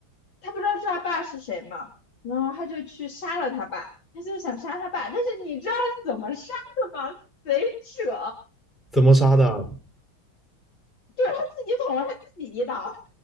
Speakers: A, on the left; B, in the centre.
A: 他不知道是他爸是谁嘛，然后他就去杀了他爸，他就想杀他爸，但是你知道是怎么杀的吗？贼扯，
B: 怎么杀的啊
A: 就是他自己捅了他自己一刀，